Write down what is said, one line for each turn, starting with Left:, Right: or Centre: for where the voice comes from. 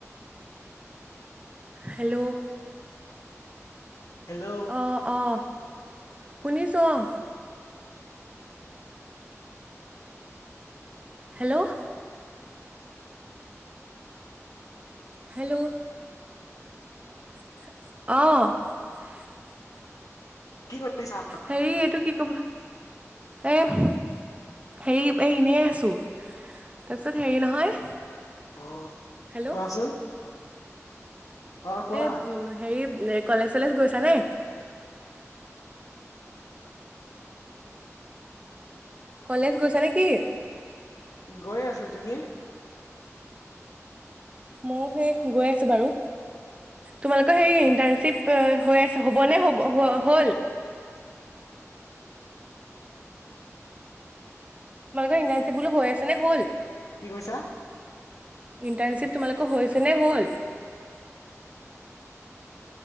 Right: হেল্ল'
Left: হেল্ল'
Right: অ অ শুনিছো অহ হেল্ল' হেল্ল' <unintelligible> অ <inaudible>
Left: কি কৰিছা
Right: হেৰি এইটো কি কবা এ <inaudible> হেৰি এ এনেই আছো তাৰপিছত হেৰি নহয়
Left: অ <unintelligible>
Right: হেল্ল'
Left: কোৱাচোন অ কোৱা
Right: এই হেৰি এ কলেজ চলেজ গৈছানে কলেজ গৈছা নেকি
Left: গৈ আছো তুমি
Right: মইয়ো সেই গৈ আছো বাৰু তোমালোকৰ সেই
Left: অ
Right: ইন্টাৰ্শিপ হৈ আছে হ'বনে হ'ব হ হ'ল তোমালোকৰ ইনাৰ্শ্বিপ বোলো হৈ আছে নে হ'ল
Left: কি কৈছা
Right: ইণ্টাৰ্ণশ্বিপ তোমালোকৰ হৈছে নে হ'ল